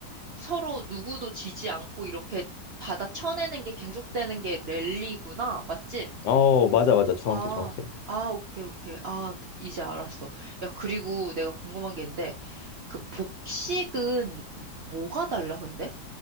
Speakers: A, on the right (about 85°); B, on the left (about 75°).
A: 서로 누구도 지지 않고 이렇게 받아 쳐내는 게 계속되는 게 랠리구나. 맞지?
B: 어, 맞아, 맞아. 정확해,
A: 아,
B: 정확해.
A: 아, 오케이, 오케이. 아, 이제 알았어. 야, 그리고 내가 궁금한 게 있는데, 그 복식은 뭐가 달라, 근데?